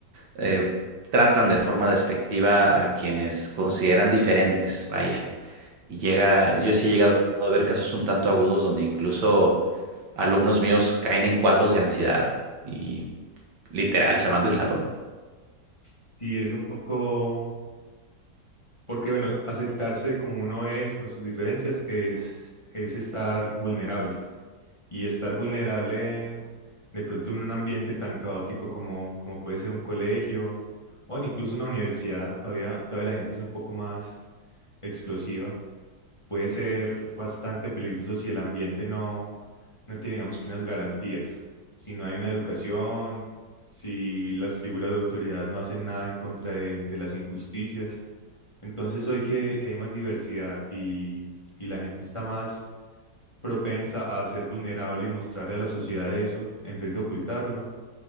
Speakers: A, on the right (about 80°); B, on the left (about 20°).
A: eh, tratan de forma despectiva a quienes consideran diferentes, vaya. Y llega, yo sí he llegado a ver casos un tanto agudos donde incluso alumnos míos caen en cuadros de ansiedad y literal se van del salón.
B: Sí, es un poco, porque bueno, aceptarse como uno es con sus diferencias es, es estar vulnerable. Y estar vulnerable de pronto en un ambiente tan caótico como, como puede ser un colegio o incluso una universidad, todavía, todavía la gente es un poco más explosiva puede ser bastante peligroso si el ambiente no, no tiene, digamos, que unas garantías, si no hay una educación, si las figuras de autoridad no hacen nada en contra de, de las injusticias. Entonces hoy que, que hay más diversidad y, y la gente está más propensa a ser vulnerable y mostrarle a la sociedad eso, en vez de ocultarlo,